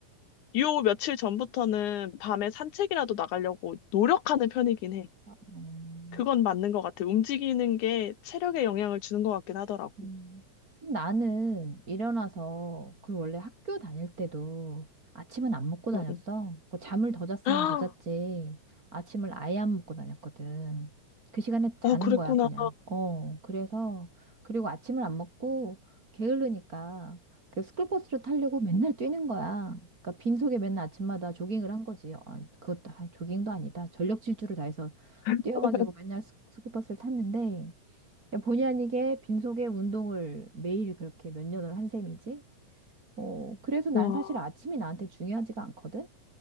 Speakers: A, on the left; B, on the right.
A: 요 며칠 전부터는 밤에 산책이라도 나가려고 노력하는 편이긴 해.
B: 아, 음,
A: 그건
B: 어.
A: 맞는 것 같아. 움직이는 게 체력에 영향을 주는 것 같긴 하더라고.
B: 음. 나는 일어나서, 그리고 원래 학교 다닐 때도 아침은 안 먹고 다녔어.
A: 응, 응.
B: 그 잠을 더 잤으면
A: <gasps> 아,
B: 더 잤지. 아침을 아예 안 먹고 다녔거든. 그 시간에 자는
A: 어, 그랬구나.
B: 거야, 그냥. 어, 그래서, 그리고 아침을 안 먹고 게으르니까 그 스쿨버스를 타려고 맨날 뛰는 거야. 그러니까 빈속에 맨날 아침마다 조깅을 한 거지. 아, 그것도 아, 조깅도 아니다. 전력 질주를 다해서
A: <laughs>
B: 뛰어가지고 맨날 스- 스쿨버스를 탔는데, 그러니까 본의 아니게 빈속에 운동을 매일 그렇게 몇 년을 한 셈이지. 어, 그래서 나는
A: 와.
B: 사실 아침이 나한테 중요하지가 않거든.